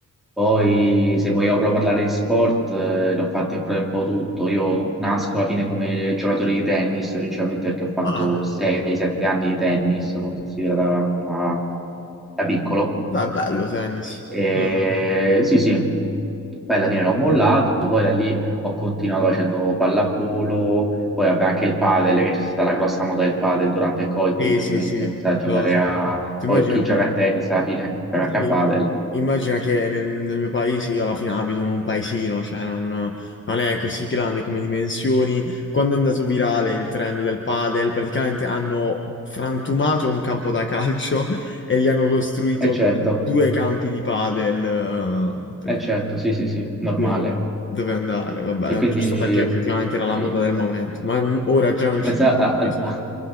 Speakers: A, in the centre; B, on the left.
A: poi, se vogliamo proprio parlare di sport, eh, ne ho fatti proprio un po' tutto. Io nasco alla fine come giocatore di tennis, principalmente perché ho fatto
B: Ah.
A: 6-7 anni di tennis, considerata da, da piccolo.
B: No, è bello tennis.
A: E,
B: Mm.
A: sì, sì, poi alla fine l'ho mollato, poi da lì ho continuato facendo pallavolo, poi vabbè, anche il padel, che c'è stata la grossa moda del padel durante il Covid,
B: Sì,
A: quindi ovviamente
B: sì, sì,
A: ho iniziato
B: lo
A: a giocare
B: so, lo so.
A: a...
B: Tu
A: Poi
B: immagina,
A: chi gioca a tennis alla fine gioca
B: sì,
A: anche a padel.
B: immagina che nel, nel mio paese io alla fine abito in un paesino, cioè non, non è così grande come dimensioni. Quando è andato virale il trend del padel, praticamente hanno frantumato un campo da calcio <laughs> e gli hanno costruito
A: E certo.
B: due campi di padel. eh, per-
A: Eh certo, sì, sì, sì, normale.
B: dove, dove andare, vabbè,
A: E quindi
B: giusto perché effettivamente
A: eh,
B: era la moda del momento, ma m- ora già non
A: Pensa
B: ci sono
A: a-
B: più
A: a-
B: nessuno.